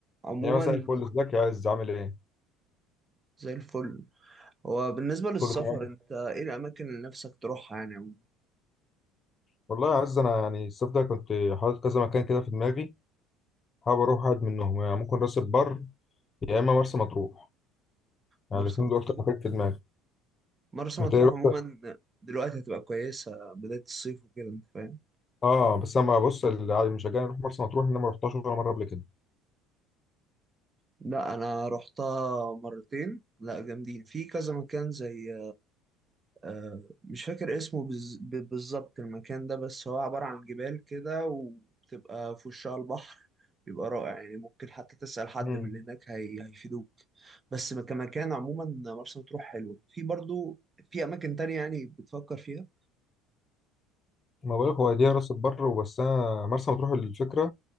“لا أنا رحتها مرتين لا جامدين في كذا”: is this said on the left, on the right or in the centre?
Right